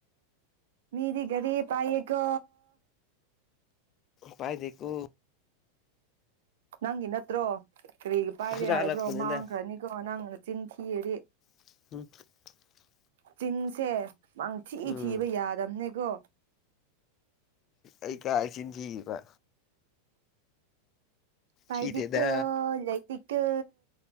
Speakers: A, on the right (about 65°); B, on the left (about 35°).
A: ꯃꯤꯗꯤ ꯒꯔꯤ ꯄꯥꯏꯌꯦ ꯀꯣ
B: ꯄꯥꯏꯗꯦꯀꯣ
A: ꯅꯪꯒꯤ ꯅꯠꯇ꯭ꯔꯣ ꯀꯔꯤ ꯄꯥꯏꯗꯦ
B: ꯍꯨꯔꯥꯜꯂꯛꯄꯅꯤꯗ
A: ꯍꯥꯏꯕ꯭ꯔꯣ ꯃꯥꯡꯈ꯭ꯔꯅꯤꯀꯣ ꯅꯪ ꯆꯤꯟꯊꯤꯔꯗꯤ
B: <inaudible>
A: ꯆꯤꯟꯁꯦ ꯃꯥꯡ ꯊꯤ
B: ꯎꯝ
A: ꯊꯤꯕ ꯌꯥꯗꯝꯕꯅꯦꯀꯣ
B: ꯑꯩ ꯀꯥꯏ ꯆꯤꯟ ꯊꯤꯔꯤꯕ
A: ꯄꯥꯏꯗꯦꯀꯣ
B: ꯊꯤꯗꯦꯗ
A: ꯂꯩꯇꯦꯀꯣ